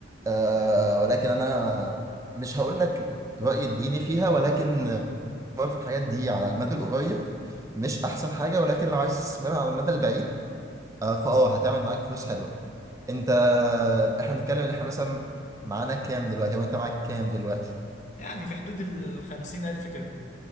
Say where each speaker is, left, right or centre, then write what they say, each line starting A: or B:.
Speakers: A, on the right (about 15°); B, on the left (about 40°).
A: آه ولكن انا مش هقول لك رايي الديني فيها ولكن الاستثمار في الحاجات دي على المدى القريب مش احسن حاجه ولكن لو عايز تستثمرها على المدى البعيد آه فاه هتعمل معاك فلوس حلوه انت احنا بنتكلم ان احنا مثلا معانا كام دلوقتي او انت معاك كام دلوقتي
B: يعني في حدود ال 50000 الف كده